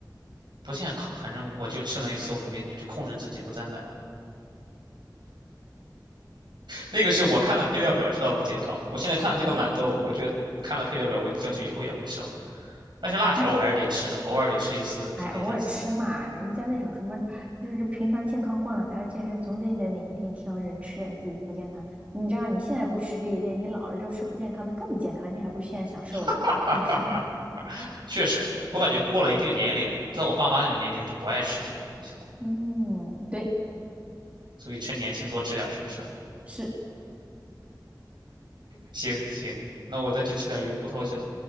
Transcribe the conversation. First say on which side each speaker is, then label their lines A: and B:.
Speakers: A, on the right (about 75°); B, on the right (about 15°).
A: 不健康，反正我就吃了一次，我就没就控制自己不再买了。那个是我看了配料表知道不健康，我现在看了这个豌豆，我觉得看了配料表，我争取以后也不吃了。但是辣条我还是得吃的，
B: 哎，
A: 偶尔得吃一次，奖励一下自己。
B: 哎，偶尔吃嘛，人家那种什么，就是平常健康惯了还要健身，总得得哪一天挑着吃点自己不健康。你知道你现在不吃这一点，你老了之后吃不健康的更不健康，你还不如现在享受了呢，
A: <laughs>
B: 是不是？
A: 哈哈哈，确实，我感觉过了一定年龄，在我爸妈那种年纪，他就不爱吃这种东西了，
B: <laughs> 嗯，对，
A: 所以趁年轻多吃点儿是不是？
B: 是。
A: 行行，那我再去吃点鱼骨头去了。